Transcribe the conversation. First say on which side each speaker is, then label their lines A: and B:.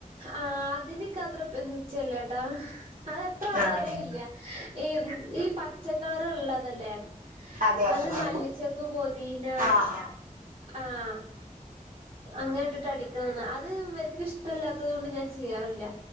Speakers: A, on the right; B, on the right.
A: ആ അതിനൊക്കെ അത്ര ഇപ്പ നി്ചല്ല ട്ടാ അതത്ര
B: ആഹ്
A: അറിയില്ല ഈ ഈ പച്ചക്കളർ ഇള്ളതല്ലേ
B: അതെ അതെ
A: അത്
B: അതെ
A: മല്ലിച്ചപ്പ് പൊതിന
B: ആഹ് ആഹ്
A: ആഹ അങ്ങനെ ഇട്ടിട്ട് അടിക്കണംന്ന് അത് ഇവർക്ക് ഇഷ്ടമല്ലാത്തത് കൊണ്ട് ഞാൻ ചെയ്യാറില്ല